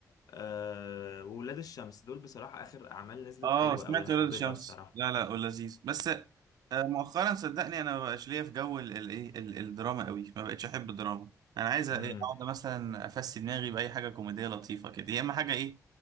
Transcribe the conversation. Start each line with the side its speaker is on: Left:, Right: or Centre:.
Left: آه، وولاد الشمس دول بصراحه اخر اعمال نزلت
Right: اه
Left: حلوه
Right: سمعت
Left: قوي انا
Right: ولاد
Left: حبيتها
Right: الشمس
Left: بصراحه
Right: لا لا ولذيذ بس آه، مؤخرا صدقني انا ما بقاش ليا في جو ال- ال- ايه ال- الدراما قوي ما بقتش احب الدراما انا عايز ايه
Left: امم
Right: اقعد مثلا افسي دماغي باي حاجه كوميديه لطيفه كده يا اما حاجه ايه